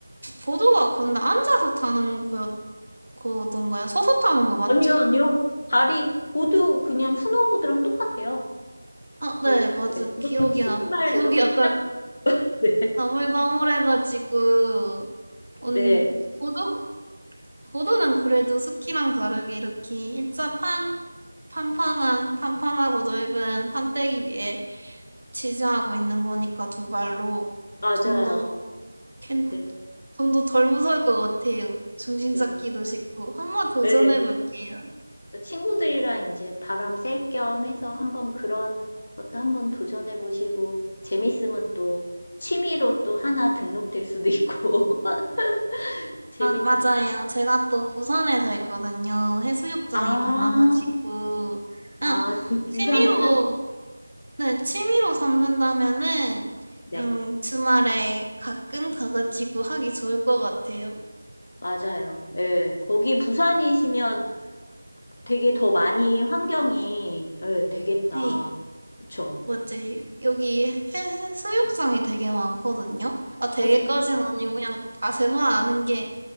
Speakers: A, on the right (about 65°); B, on the left (about 35°).
A: 보도가 근데 앉아서 타는 거였던가요? 서서 타는 거 맞죠?
B: 아니요, 아니요. 발이 보드 그냥 스노보드랑 똑같아요.
A: 아,
B: 거의
A: 네, 맞아요.
B: 예, 이렇게
A: 기억이,
B: 신발
A: 나- 기억이
B: 이렇게
A: 약간
B: 딱 <laughs> 네.
A: 가물가물해가지고, 온
B: 네.
A: 보도, 보도는 그래도 스키랑 다르게 이렇게 일자 판, 판판한, 판판하고 넓은 판때기 위에 지지하고 있는 거니까 두 발로
B: 맞아요.
A: 좀 더 캔,
B: 네.
A: 좀 더 덜 무서울 것 같아요. 중심
B: 네.
A: 잡기도 쉽고 한번 도전해
B: 네.
A: 볼게요.
B: 그 친구들이랑 이제 바람 쐴 겸 해서 한번 그런 것도 한번 도전해 보시고 재밌으면 또 취미로 또 하나 등록될 수도 있고 <laughs> 재밌
A: 맞아요. 제가 또 부산에 살거든요. 해수욕장이
B: 아,
A: 많아가지고 그냥
B: 아 부- 부산에
A: 취미로
B: 사세요.
A: 네, 취미로 삼는다면은
B: 네.
A: 그냥 주말에 가끔 가가지고 하기 좋을 것 같아요.
B: 맞아요. 예. 거기 부산이시면 되게 더 많이 환경이 예, 되겠다.
A: 네.
B: 그쵸?
A: 뭐지? 여기 해- 수욕장이 되게 많거든요. 아, 되게까지는
B: 어, 좋-
A: 아니고 그냥 아 제가 아는 게